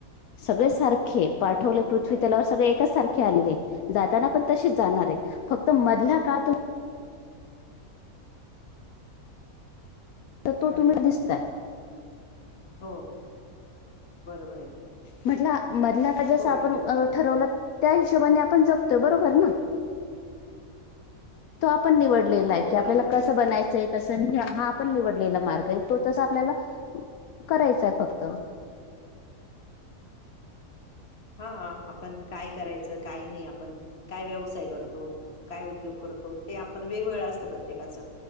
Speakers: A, on the left; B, on the left.
A: सगळे सारखे पाठवले
B: हो, बरोबर
A: पृथ्वी
B: आहे.
A: तलावर सगळे एकाच सारखे आलेले आहे. जाताना पण तशीच जाणार आहे. फक्त मधला काळ तूम्ही तर तो
B: हॅलो.
A: तुम्ही दिसताय. <inaudible>
B: हो. बरोबर आहे.
A: म्हटलं मधला का जस
B: हो, येतोय.
A: आपण अं ठरवलं, त्या हिशोबाने आपण जगतोय. बरोबर ना? तो आपण निवडलेला
B: हो,
A: आहे की,
B: बरोबर.
A: आपल्याला कस बनायचंय, कस नाही? हा आपण निवडलेला मार्ग आहे. तो तस आपल्याला करायचाय फक्त
B: हा. आपण काय करायचं, काय नाही. आपण काय व्यवसाय करतो? काय उद्योग करतो? ते आपण वेगवेगळं असतं प्रत्येकाचं.